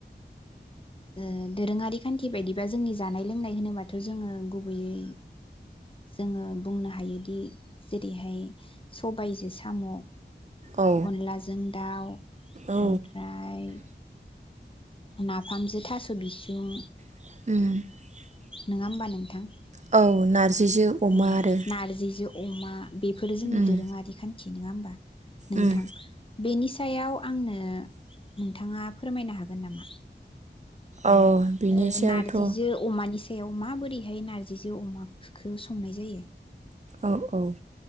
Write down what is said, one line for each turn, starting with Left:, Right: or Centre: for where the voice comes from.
Left: ओ दोरोङारि खान्थि बायदिबा जोंनि जानाय लोंनाय होनोबाथ' जोङो गुबैयै जोङो बुंनो हायोदि जेरैहाय सबायजो साम'
Right: औ
Left: अनलाजों दाउ
Right: औ
Left: ओमफ्राय नाफामजों थास' बिसुं,
Right: <inaudible>
Left: नोङा होमबा नोंथां?
Right: औ नारजिजों अमा
Left: औ
Right: आरो
Left: नारजिजो अमा बेफोरो जोंनि
Right: उम
Left: दोरोङारि खा न्थि नङा होमबा? नोंथां
Right: उम
Left: बेनि सायाव आंनो नोंथाङा फोरमायनो हागोन नामा? ओ
Right: औ बिनि
Left: ओ
Right: सायावथ'
Left: नारजिजो अमानि बेयाव माबोरैहाय नारजिजो अमाखो संनाय जायो?
Right: औ औ।